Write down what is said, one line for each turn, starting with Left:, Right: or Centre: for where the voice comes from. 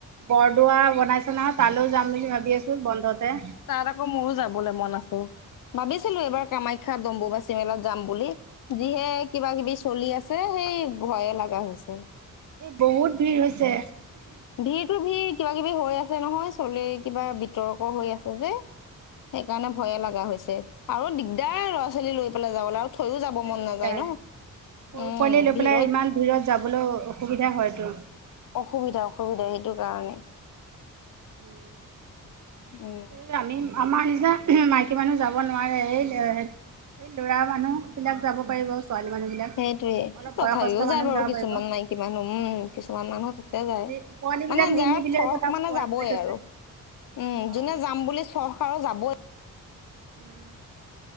Right: বৰদোৱা বনাছে নহয় তালৈও যাম বুলি ভাবি আছো বন্ধতে
Left: তাত আকৌ মোৰো যাবলৈ মন আছিল ভাবিছিলো এইবাৰ কামাখ্যা অম্বু বাচি মেলাত যাম বুলি যিহে কিবা কিবি চলি আছে সেই ভয়ে লগা হৈছে
Right: এই বহুত ভিৰ হৈছে
Left: ভিৰতো ভিৰ কিবা কিবি হৈ আছে নহয় চলে কিবা বিতৰ্ক হৈ আছে যে সেইকাৰণে ভয়ে লগা হৈছে আৰু দিগদাৰ ল'ৰা ছোৱালী লৈ পেলাই যাবলৈ আৰু থৈয়ো যাব
Right: এই
Left: মন
Right: দিগদাৰ
Left: নাযায় ন
Right: সৰু
Left: উ
Right: পোৱালি লৈ
Left: ভিৰত
Right: পেলাই ইমান ভিৰত যাবলৈ অসুবিধা হয়তো
Left: অসুবিধা অসুবিধা সেইটো কাৰণে
Right: সেই
Left: উম
Right: আমি আমাৰ এতিয়া মাইকী মানুহ যাব নোৱাৰে এই এই ল'ৰা মানুহ বিলাক যাব পাৰিব ছোৱালী মানুহবিলাক
Left: সেইটোয়ে
Right: অলপ
Left: তথাপিও
Right: বয়সস্থ মানুহ
Left: যায় বাৰু
Right: যাব
Left: কিছুমান
Right: পাৰিব
Left: মাইকী মানুহ উ কিছুমান মানুহ তাতে
Right: পোৱালি
Left: যায়
Right: পোৱালিবিলাক
Left: মানে
Right: নিনি
Left: যাৰ
Right: পেলাই
Left: ফৰক
Right: আকৌ তাক
Left: মানে
Right: খুৱাই
Left: যাব
Right: খুৱাই
Left: ই
Right: থৈছে
Left: আৰু উম
Right: অঁ
Left: যোনে যাম বুলি চখ আৰু যাবই
Right: উম